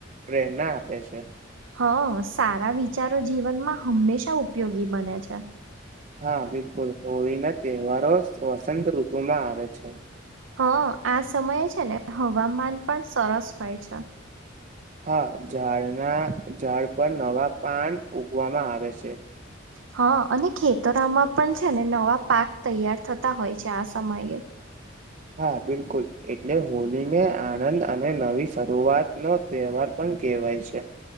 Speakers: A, on the right; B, on the right.
A: પ્રેર ના આપે છે.
B: હા, સારા વિચારો જીવનમાં હંમેશા ઉપયોગી બને છે.
A: હા બિલકુલ. હોળી ના તહેવારો સવસંત ઋતુમાં આવે છે.
B: હા, આ સમયે છે ને હવામાન પણ સરસ હોય છે.
A: હા ઝાડના ઝાડ પર નવા પાન ઉગવામાં આવે છે.
B: હા, અને ખેતરામાં પણ છે ને નવા પાક તૈયાર થતા હોય છે આ સમયે.
A: હા બિલકુલ, એટલે હોલીને આનંદ અને નવી શરૂઆત નો તહેવાર પણ કેવાય છે.